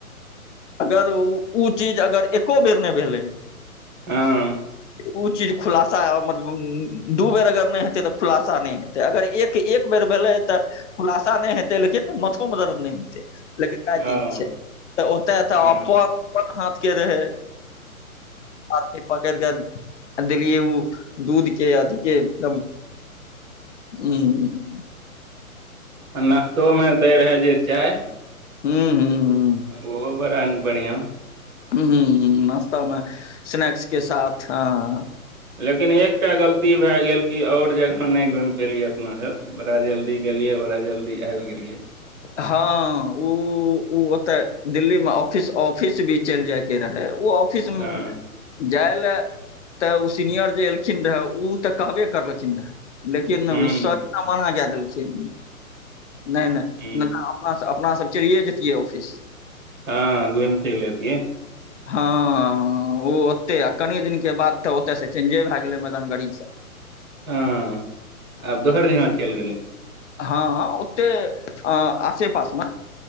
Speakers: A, on the left (about 55°); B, on the right (about 65°).
A: अगर उ उ चीज अगर एको बेर नहि भेलै। ह
B: हँ
A: उ चीज खुलासा है, मतलब उम्म दू बेर अगर ने हेैते ते खुलासा ने हे ते अगर एक के एक बेर भेलै ते खुलासा ने हेतै, लेकिन ए मथ तो मदद ने हैतै, लेकिन वाएह
B: हँ
A: चीज छै त ओ तऽ
B: हँ
A: अपन प हाथ के रहै। आ तै पर केरके देलियै उ दूध के अथी के एकदम हम्म।
B: आ नाश्तो मे दैय रहै जे चाय
A: ह्म्म-ह्म्म-ह्म्म।
B: आ उहो बड़ा बढ़ियाँ।
A: हम्म-हम्म-ह्म्म नाश्तामे स्नैक्स के साथ हाँ-हाँ-हाँ।
B: लेकिन एकटा गल ती भाय गेल की और जगह नै घुम पेलियै अपना सब, बड़ा जल्दी गेलियै, बड़ा जल्दी आब गेलियै।
A: हाँ उ, उ ओता दिल्ली में ऑफिस, ऑफिस भी चैल जाय के रहे। उ ऑफिस उम्म
B: हँ
A: जाय लय ते उ सीनियर जे एलखिन रहै उ ते कहबे करलखिन रहै। लेकिन ने
B: हूँ
A: उ सर ना मना काय देलके। खिन नै-नै। नै
B: हूँ
A: ते अपना से अप अपना सब चलिये जेैतियै ऑफिस।
B: हाँ घुम फिर लेतीये।
A: हाँ उ ओते आ कनि दिनके बाद ते ओता से चेंजे भाय गेलै मैदान गड़ी से।
B: हाँ आब दोसर जगह चैल गेलै।
A: हाँ-हाँ ओते अ आसेपास मे